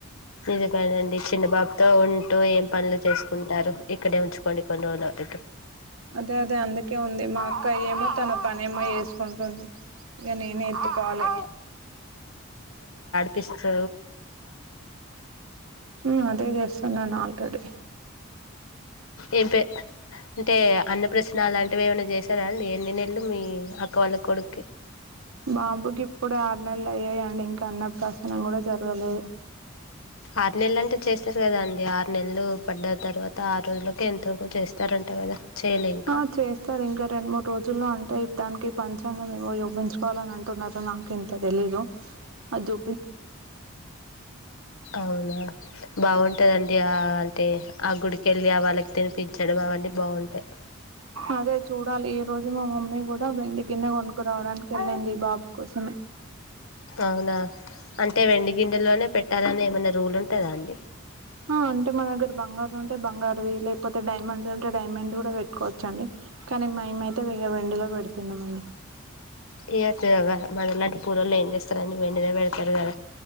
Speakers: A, on the left; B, on the right.
A: నిజ పనండి చిన్న బాబుతో ఉంటూ ఏం పనులు చేసుకుంటారు ఇక్కడే ఉంచు డికంందతే
B: అదే అదే అందుకే ఉంది మా అక్కయ ఏమో తన పనే ఏమో వేసుకుంటుంది ఇక నేను ఎత్తుకోవాలి
A: పిస్త
B: హా అదే చెస్ నను ఆల్రెడీ
A: ఏంప అంటే అన్నపశ్న అలాంటివి ఏమైనా చేశారా అండి ఎన్ని నెలలు మీ అక్క వాళ్ళ కొడుక్కి
B: బాబుకి ఇప్పుడు ఆరు నెలలు అయ్యాయండి ఇంకా అన్న ప్రాసనం కూడా జరగలేదు
A: ఆరు నెలలు అంటే చేస్తారు కదా అండి ఆరు నెలలు పడ్డ తర్వాత ఆరు రోజులకే ఎంత చేస్తారంట కదా చేయలే ఇంకా
B: ఆ చేస్తారు ఇంకా రెండు మూడు రోజుల్లో ఉంటాయి దానికి పంచాంగం మేము కూడా చూపించుకోవాలని అంట్ న్న నాక ఇంత తెలీదు అ దు
A: అవునా బాగుంటదండి ఆ అంటే ఆ గుడికెళ్ళి ఆ వాళ్ళకి తినిపించడము అవన్నీ బాగుంటాయి
B: అదే చూడాలి ఈ రోజు మా మమ్మీ కూడా వెండి గిన్నె కొనుకురావడానికి వెళ్ళింది ఈ బాబు కోసమే
A: అవునా అంటే వెండి గిన్నెలోనే పెట్టాలని ఏమన్నా రూల్ ఉంద వుంటదా అండి
B: ఆ అంటే మాకు బంగారు ఉంటే బంగారుది లేకపోతే డైమండ్ ఉంటే డైమండ్ కూడా పెట్టుకోవచ్చండి కానీ మేమ అయితే వె వెండిలో పెడుతున్నాం అండి
A: ఏతిగా మలాడి పూర్లు లే ఏం చేస్తారని పెడతారు కదా